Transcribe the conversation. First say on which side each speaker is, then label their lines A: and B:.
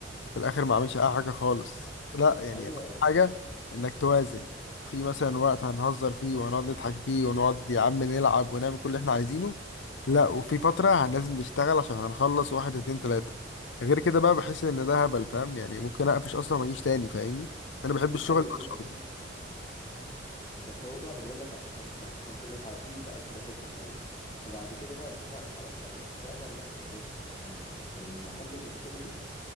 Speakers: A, on the left; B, on the left.
A: في الاخر ما اعملش اي حاجه خالص لا يعني
B: ايوه
A: أهم
B: أك-
A: حاجه انك توازن في مثلا وقت هنهزر فيه وهنقعد نضحك فيه ونقعد يا عم نلعب ونعمل كل اللي احنا عايزينه لا وفي فتره هن- لازم نشتغل عشان هنخلص واحد اتنين تلاته غير كده بقى بحس ان ده هبل فاهم يعني ممكن اقفش اصلا ما اجيش تاني فاهمني انا بحب الشغل
B: ايوه
A: يبقى
B: ايوه اكيد
A: شغل
B: بس هو بقى انا بقول لك احنا ما- احنا ما كناش عارفين بقى الكلام ده في الاول فبعد كده بقى اتفقنا على حاجه اتفقنا ان احنا ايه هن... عشان نحل المشكله دي